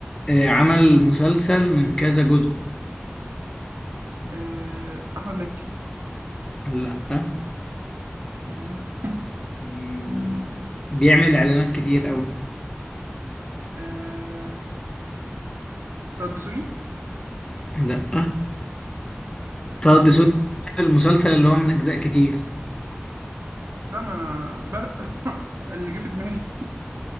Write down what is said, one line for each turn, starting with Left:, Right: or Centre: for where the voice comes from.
Left: آه، عمل مسلسل من كذا جزء
Right: آه، أحمد مكي
Left: لا
Right: مم. <laughs>
Left: آم، بيعمل اعلانات كتير قوي
Right: آه، طه دسوقي
Left: لا آه، طه دسوقي في المسلسل اللي هو من أجزاء كتير
Right: ده ما انا ب... <laughs> اللي جه في دماغي